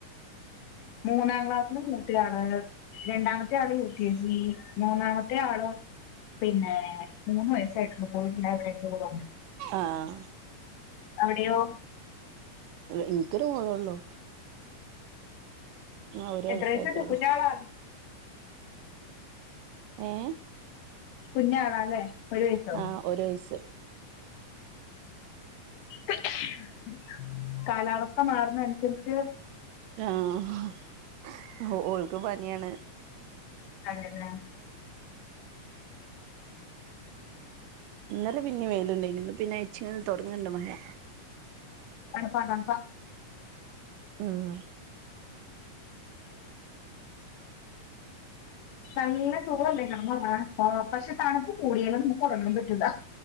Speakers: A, on the left; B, on the right.
A: മൂന്നാം ക്ലാസ് ഒന്ന് മൂത്തയാള് രണ്ടാമത്തെയാള് യു. കെ. ജി മൂന്നാമത്തെയാള് പിന്നെ മൂന്ന് വയസ്സായിട്ട് പോയിട്ടടെ കൂടുണ്ട്
B: ആഹ്
A: അവിടെയോ
B: ഇനിക്കൊരു ആള്ളോള്ളൊ ആഹ് ഒരു വയസ്സായിട്ടുള്ളൂ
A: എത്ര വയസു കുഞ്ഞാളണ്
B: ഏഹ്
A: കുഞ്ഞാണല്ലെ ഒരു വയസോ
B: ആഹ് ഒരു വയിസ്സ്
A: <unintelligible> കാലാവസ്ഥ മാറുന്ന അനുസരിച്ച്
B: ആഹ് ഹൊ ഓൾക്ക് പനിയാണ്
A: അതെല്ലാ
B: ഇന്നലെ പിന്നിം വൈല്ണ്ടയ്ന് ഇന്ന് പിന്നെ ഇച്ചെെന്ന് താെടങ്ങ്ണ്ട് മയ
A: തണ്പ്പാ തണ്പ്പാ
B: ആഹ്
A: <unintelligible> ആഹ് പക്ഷെ തണ്പ്പ് കൂടിയാല് നമുക്ക് ഒറങ്ങാൻ പറ്റൂലാ